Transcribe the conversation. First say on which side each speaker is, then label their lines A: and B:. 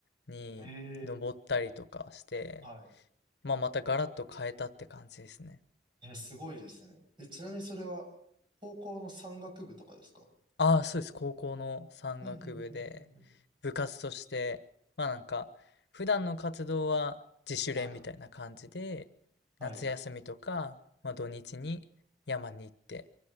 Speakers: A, on the left; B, on the right.
A: に登ったりとかして、
B: えー、はい。
A: まあ、またガラッと変えたって感じですね。
B: えー、すごいですね。え、ちなみにそれは高校の山岳部とかですか
A: ああ、そうです。高校の山岳部で、
B: うん、うん、うん、うん。うん
A: 部活として、まあなんか、普段の活動は自主練みたいな感じで、
B: はい。はい。
A: 夏休みとか、まあ土日に山に行って、